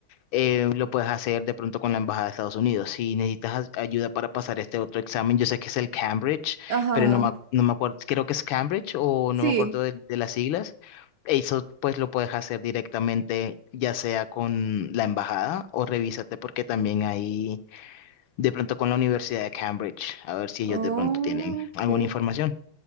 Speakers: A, on the left (about 75°); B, on the right (about 65°).
A: eh, lo puedes hacer de pronto con la Embajada de Estados Unidos. Si necesitas as- ayuda para pasar este otro examen, yo sé que es el Cambridge,
B: Ajá.
A: pero no me, ac- no me acuerdo, creo que es Cambridge o
B: Sí.
A: no me acuerdo de, de las siglas. Eso pues lo puedes hacer directamente ya sea con la embajada o revísate porque también hay de pronto con la Universidad de Cambridge, a ver si
B: Ok.
A: ellos de pronto tienen alguna información.